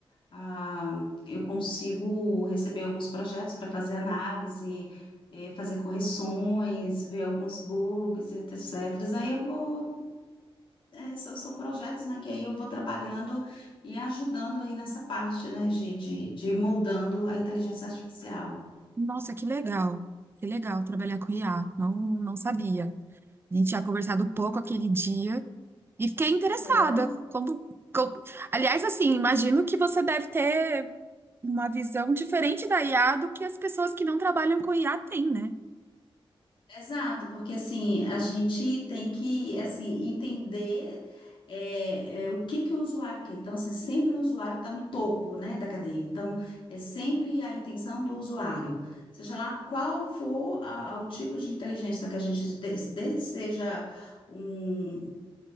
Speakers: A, on the left; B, on the right.
A: ah, eu consigo receber alguns projetos para fazer análise, eh, fazer correções, ver alguns bugs, etc. Aí eu vou é, são, são projetos, né, que aí eu vou trabalhando e ajudando aí nessa parte, né, de, de, de ir moldando a inteligência artificial.
B: Nossa, que legal. Que legal trabalhar com IA. Não, não sabia. A gente tinha conversado pouco aquele dia e fiquei interessada.
A: Uhum.
B: Como, como- Aliás, assim, imagino que você deve ter uma visão diferente da IA do que as pessoas que não trabalham com IA têm, né?
A: Exato, porque assim, a gente tem que, assim, entender é, é, o que que o usuário quer. Então, assim, sempre o usuário está no topo, né, da cadeia. Então, é sempre a intenção do usuário. Seja lá qual for a- o tipo de inteligência que a gente, de- desde que seja um,